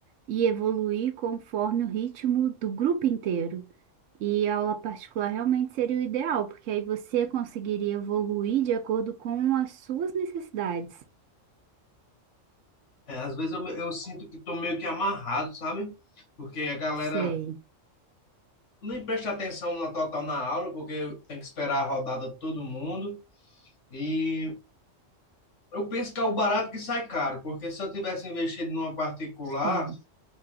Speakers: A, on the right (about 75°); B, on the left (about 70°).
A: e evoluir conforme o ritmo do grupo inteiro. E a aula particular realmente seria o ideal, porque aí você conseguiria evoluir de acordo com as suas necessidades.
B: é, às vezes eu, me- eu sinto que estou meio que amarrado, sabe? Porque a galera.
A: Sei,
B: nem presta atenção na total na aula, porque tem que esperar a rodada de todo mundo. E eu penso que é o barato que sai caro, porque se eu tivesse investido numa particular,
A: sim.